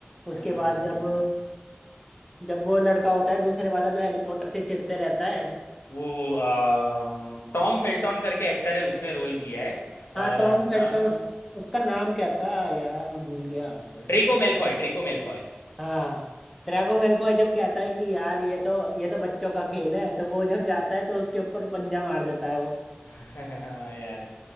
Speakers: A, in the centre; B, on the left (about 75°).
A: उसके
B: हाँ
A: बाद
B: हाँ
A: जब
B: हाँ
A: जब वो लड़का होता है दूसरे वाला जो हैरी पॉटर से चिढ़ते रहता है
B: वो वो अम, टॉम फेल्टॉन करके एक्टर है उसने रोल किया है अ,
A: हाँ टॉम फेल्टन
B: नाम
A: उस, उसका नाम क्या था यार मैं भूल गया
B: अरे ड्रेको मेलफॉय ड्रेको मेलफॉय
A: हाँ ड्रैगो मेल्फॉय जब कहता है कि यार ये तो ये तो बच्चों का खेल है तो वो जब जाता है तो उसके ऊपर पंजा मार देता है वो
B: <laughs> हाँ यार